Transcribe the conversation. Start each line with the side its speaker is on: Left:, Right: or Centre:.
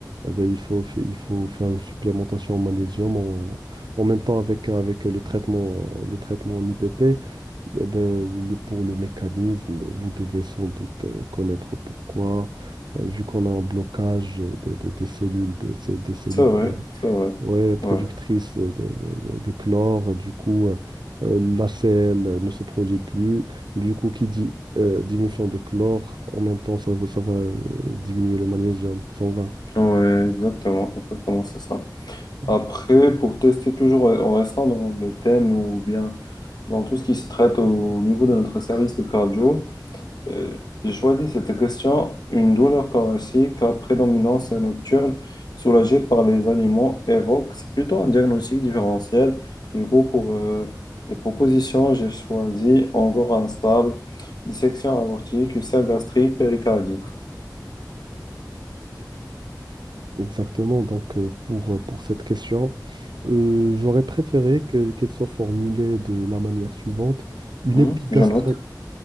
Right: eh ben, il faut, fa- il faut faire une supplémentation en magnésium en, en même temps avec, avec le traitement, euh, le traitement en IPP. Eh ben, le- pour le mécanisme, vous devez sans doute euh, connaître pourquoi, euh, vu qu'on a un blocage des, des, des cellules, de- c'est- des cellules
Left: C'est vrai,
Right: T.
Left: c'est vrai.
Right: Ouais, productrice
Left: Ouais,
Right: de, de- de- de chlore, du coup, euh, euh, la selle ne se produit plus. Du coup, qui dit euh, diminution de chlore, en même temps, ça va, ça va euh, diminuer le magnésium sanguin.
Left: ouais, exactement, exactement, c'est ça.
Right: Ouais,
Left: Après, pour tester toujours en restant dans le thème ou bien dans tout ce qui se traite au niveau de notre service de cardio, Euh, j'ai choisi cette question, une douleur thoracique à prédominance nocturne soulagée par les aliments évoque. C'est plutôt un diagnostic différentiel. Du coup, pour euh, les propositions, j'ai choisi angor instable, dissection aortique, ulcère gastrique, péricardite.
Right: Exactement. Donc, euh, pour, euh, pour cette question, euh, j'aurais préféré que- qu'elle soit formulée de la manière suivante, une
Left: Mhm,
Right: épigastra-
Left: je note.